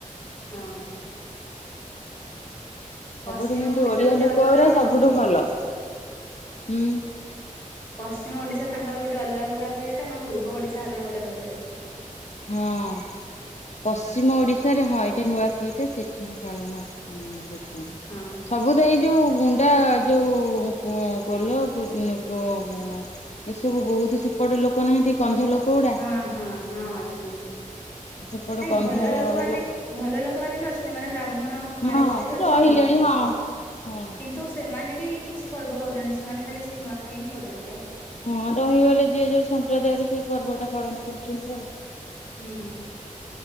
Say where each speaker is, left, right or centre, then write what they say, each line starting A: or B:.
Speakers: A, on the left (about 15°); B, on the left (about 55°).
A: ହଁ
B: ସବୁଠୁ
A: ପଶ୍ଚିମ
B: କିନ୍ତୁ
A: ଓଡିଶା
B: ଓଡିଆ
A: ଗୋଟେ
B: ଲୋକରା
A: ଅଲଗା ହେଇଯାଉଛି
B: ସବୁଠୁ ଭଲ ହୁଁ।
A: ପଶ୍ଚିମ ଓଡିଶା ତାଙ୍କର ଗୋଟେ ଅଲଗା ପ୍ରକାର ରହିଯାଉଛି ଆମ ପୂର୍ବ ଓଡିଶା ଅଲଗା ଗୋଟେ ରହିଯାଉଛି।
B: ହଁ ପଶ୍ଚିମ ଓଡିଶାରେ ହଁ ଏଇଟା ନୂଆଖାଇଟା ସେ ଠି ପାଳନ ମାନେ କରୁଛନ୍ତି
A: ହଁ
B: ସବୁ ତ ଏଇ ଯୋଉ ମୁଁଣ୍ଡା ଯୋଉ କ କୋଲ୍ହୋ କୁ ଗୋ ଗୁ ଗୁ ଏସବୁ ବହୁତ ସେ ପଟ ଲୋକ ନାହାନ୍ତି କନ୍ଧ ଲୋକ ଗୁଡା
A: ହଁ ହଁ ହଁ ଅଛନ୍ତି।
B: ସେପଟ
A: ନାଇଁ
B: କନ୍ଧ
A: ଭଲ ଲୋକମାନେ
B: ଲୋକ
A: ଭଲ ଲୋକମାନେେ ବି ଅଛନ୍ତି ମାନେ ବ୍ରାହ୍ମଣ
B: ହଁ
A: ମାଳି ଫାଳି ବି ଅଛନ୍ତି
B: ରହିଲେଣି ହଁ। ହଁ
A: କିନ୍ତୁ ସେ ମାନେ ବି କିଛି ପର୍ବ କରୁନାହାନ୍ତି ସେମାନେ ଖାଲି ସେଇ ନୂଆଖାଇ ହିଁ କରନ୍ତି।
B: ହଁ ରହିଗଲେ ଯିଏ ଯୋଉ ସମ୍ପ୍ରଦାୟରେ ସେଇ ପର୍ବଟା ପାଳନ କରୁଛନ୍ତି ଆଉ।
A: ହୁଁ।